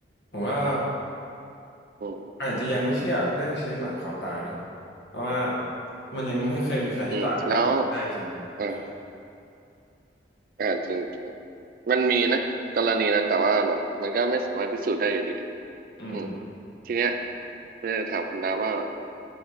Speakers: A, on the left (about 75°); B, on the right (about 50°).
A: ผมว่า
B: อืม
A: อาจจะยังไม่เชื่อเรื่องชีวิตหลังความตายเนาะเพราะว่ามันยังไม่เคยมีใครที่ตายแล้วกลับมาได้จริงนะ
B: อืมแล้วอ่าอ่าจริงจริงมันมีนะกรณีนั้นแต่ว่าแบบมันก็ไม่สามารถพิสูจน์ได้อยู่ดี
A: อืมอืม
B: อืมทีเนี้ยผมอยากจะถามคุณดาบว่าแบบ